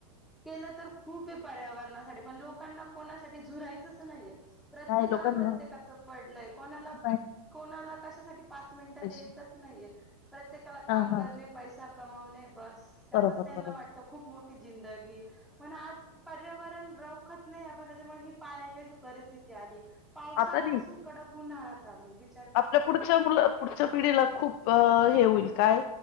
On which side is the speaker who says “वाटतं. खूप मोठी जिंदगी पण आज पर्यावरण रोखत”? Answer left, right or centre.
Centre